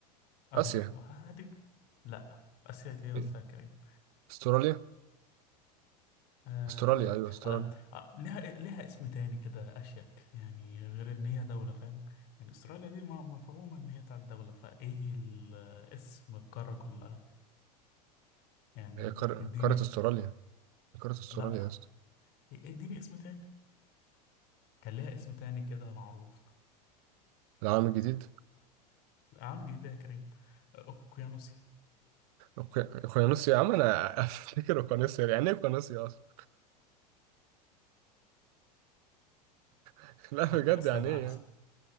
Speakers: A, on the left; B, on the right.
A: اها
B: اسيا
A: هادك لا اسيا ايه بس
B: إيه؟
A: يا كريم
B: استراليا
A: آه،
B: استراليا ايوه استراليا
A: على- آه، ليها إيه، ليها اسم تاني كده اشيك يعني غير ان هي دولة فاهم يعني استراليا دي م- مفهومة ان هي بتاعت دولة فايه ال- اسم القارة كلها يعني
B: هي قار...
A: اديني
B: قارة
A: الاسم
B: استراليا هي قارة استراليا
A: لا
B: يا اسطى
A: اديني اسم تاني كان ليها اسم تاني كده معروف
B: العالم الجديد
A: العام الجديد ده يا كريم اوكيانوسيا
B: أوكي- اوقيانوسيا يا عم انا <laughs> افتكر اوقيانوسيا يعني ايه اوقيانوسيا اصلا؟ <laughs> لا بجد
A: أط- استنى
B: يعني ايه
A: عشان
B: يعني